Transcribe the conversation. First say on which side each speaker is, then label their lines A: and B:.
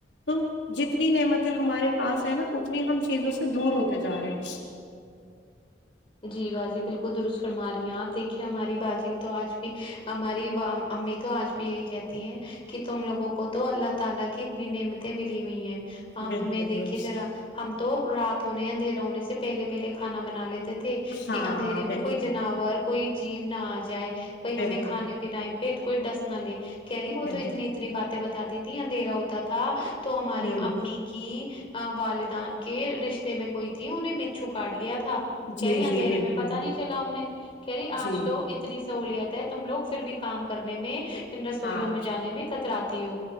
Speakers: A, on the left (about 75°); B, on the left (about 30°).
A: تو جتنی نعمتیں ہمارے پاس ہے نا اتنی ہم چیزوں سے دور ہوتے جا رہے ہیں
B: جی باجی بالکل درست فرما رہی ہیں آپ دیکھیے ہماری باجی تو آج بھی ہماری امی تو آج بھی یہی کہتی ہیں کہ تم لوگوں کو تو اللہ تعالی کی اتنی نعمتیں ملی ہوئی ہیں آپ
A: بالکل
B: ہمیں دیکھیے
A: درست
B: ذرا ہم تو رات ہونے اندھیرا ہونے سے پہلے پہلے کھانا بنا لے تھے کہ
A: ہاں
B: اندھیرے میں
A: بالکل
B: کوئی جناور کوئی جیو نہ آ جائے کوئی ہمیں
A: بالکل
B: کھانے ٹائم پہ کوئی ڈس نہ لے کہہ رہی وہ
A: بالکل
B: تو اتنی اتنی باتیں بتاتی تھی اندھیرا ہوتا تھا تو ہماری
A: ہوں
B: امی کہ والدان کے رشتے میں کوئی تھی انہیں بچھو کاٹ گیا تھا کہہ
A: جی
B: رہی ہے اندھیرے
A: جی بالکل
B: میں پتا نہیں چلا انہیں کہریی آج
A: جی
B: تو اتنی سہولت ہے تم لوگ پھر بھی کام کرنے میں ان رسوئیوں
A: ہاں
B: میں جانے میں کترا تی ہو